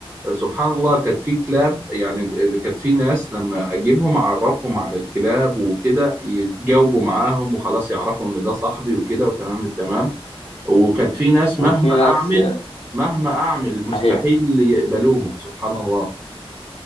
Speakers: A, on the right; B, on the left.
A: سبحان الله كانت في كلاب يعني كانت في ناس لما اجيبهم اعرفهم على الكلاب وكده يتجاوبوا معاهم وخلاص يعرفوا ان ده صاحبي وكده وتمام التمام وكانت في ناس
B: وفي
A: مهما اعمل
B: ناس
A: مهما اعمل مستحيل
B: اهي
A: يقبلوهم سبحان الله